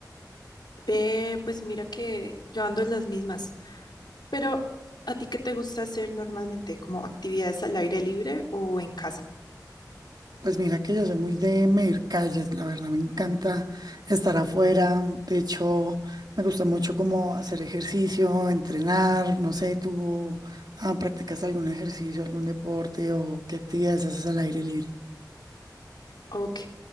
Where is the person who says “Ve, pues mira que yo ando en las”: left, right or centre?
Left